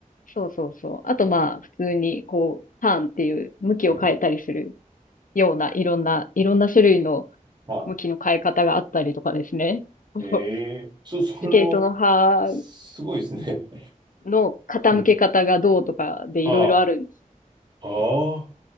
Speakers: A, on the left (about 75°); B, on the right (about 30°).
A: そうそうそう。あと、まあ、普通に、こう、ターンっていう向きを変えたりする
B: うん。
A: ような、いろんな、いろんな種類の
B: はい
A: 向きの変え方があったりとかですね。<laughs>
B: え
A: そう
B: えそ、<laughs> その、
A: スケートの刃
B: すごいですね。
A: の傾け方がどうとかでいろいろある。
B: うん。ああ、ああ。